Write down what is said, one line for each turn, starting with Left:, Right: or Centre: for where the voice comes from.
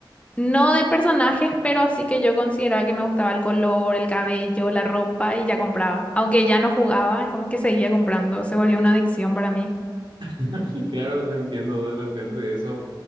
Left: no de personajes, pero así que yo consideraba que me gustaba el color, el cabello, la ropa y ya compraba. Aunque ya no jugaba, es como que seguía comprando. Se volvió una adicción para mí.
Right: <laughs> Claro, te entiendo de repente eso.